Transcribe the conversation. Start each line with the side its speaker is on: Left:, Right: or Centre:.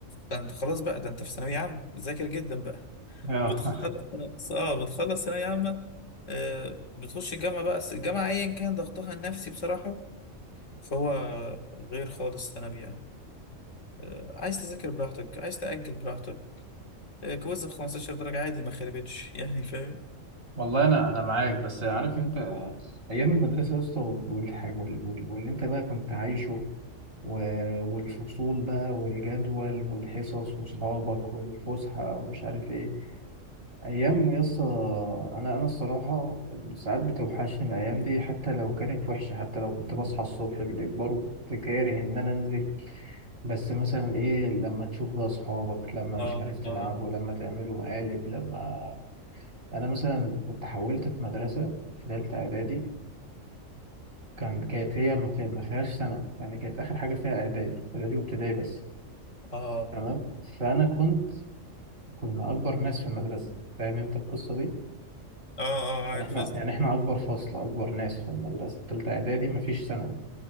Left: فأنت خلاص بقى ده أنت في ثانوية عامة ذاكر جدا بقى
Right: آه،
Left: بتخلص
Right: <laughs>
Left: آه بتخلص ثانوية عامة آه بتخش الجامعة بقى بس الجامعة أيا كان ضغطها النفسي بصراحة فهو غير خالص ثانوي يعني آه، عايز تذاكر براحتك عايز تأجل براحتك آه، كويز ب 15 درجة عادي ما خربتش <laughs> يعني فاهم
Right: والله أنا أنا معاك بس عارف أنت آه، أيام المدرسة يا اسطى والحاجة واللي أنت بقى كنت عايشه و- والفصول بقى والجدول والحصص وصحابك والفسحة ومش عارف ايه أيام يسا أنا أنا الصراحة ساعات بتوحشني الأيام دي حتى لو كانت وحشة حتى لو كنت بصحى الصبح بالإجبار وكنت كاره إن أنا أنزل بس مثلا ايه لما تشوف بقى أصحابك لما مش
Left: اه
Right: عارف تلعبوا
Left: اه
Right: لما تعملوا مقالب لما أنا مثلا كنت حولت في مدرسة في تالتة إعدادي كان كانت هي ما في- ما فيهاش ثانوي يعني كانت آخر حاجة فيها إعدادي إعدادي وابتدائي بس
Left: اه
Right: تمام فانا كنت كنا اكبر ناس في المدرسه فاهم انت القصه دي
Left: اه اه عارف
Right: يعني احنا
Left: قصدك
Right: يعني احنا اكبر فصل اكبر ناس في المدرسه تالتة اعدادي مفيش ثانوي